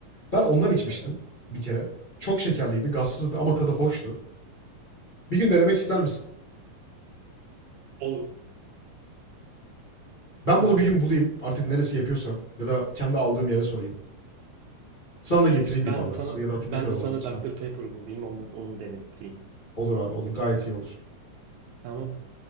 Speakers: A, on the left; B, on the right.
A: Ben ondan içmiştim
B: Evet.
A: bir kere. Çok şekerliydi, gazsızdı ama tadı hoştu. Bir gün denemek ister misin?
B: Olur.
A: Ben
B: Olur.
A: bunu bir gün bulayım. Artık neresi yapıyorsa ya da kendi aldığım yere sorayım. Sana da getireyim
B: Ben
A: bir bardak
B: de sana
A: ya da artık
B: ben
A: ne kadar
B: de
A: olabilirsen
B: sana doktor Pepper bulayım onu onu denettireyim.
A: Olur abi olur. Gayet iyi olur.
B: Tamam.